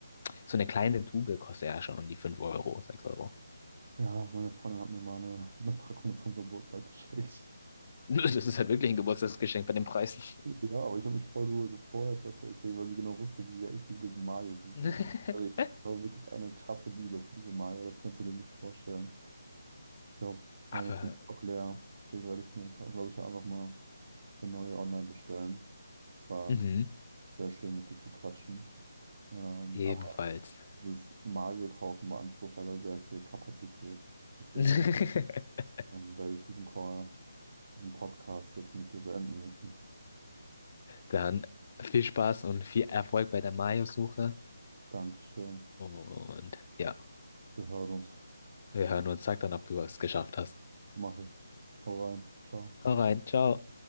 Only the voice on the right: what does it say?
Ja, meine Freundin hat mir mal eine, <laughs> eine Packung zum Geburtstag geschenkt.
Ja, aber ich habe mich voll drüber gefreut tatsächlich, weil sie genau wusste, wie sehr ich liebe diese Mayo liebe.
Also ich, ich habe wirklich eine krasse Liebe für diese Mayo, das kannst du dir nicht vorstellen. Ich glaube, meine
sind auch leer. Deswegen werde ich mir jetzt, glaube ich, einfach mal eine neue online bestellen. Es war
sehr schön, mit dir zu quatschen. Ähm,
aber das Mayo-Kaufen beansprucht leider sehr viel Kapazität. Deswegen
Dann werde ich diesen Call, diesen Podcast jetzt mit dir beenden müssen.
Dankeschön.
Wir hören uns.
Mach ich. Hau rein. Ciao.